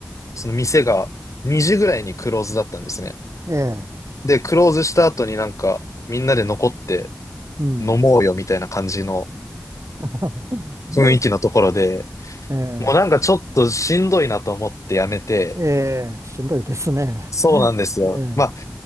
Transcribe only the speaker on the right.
ええ、
うん。
<laughs>
ええ、
ええ、しんどいですね。
<laughs> ええ。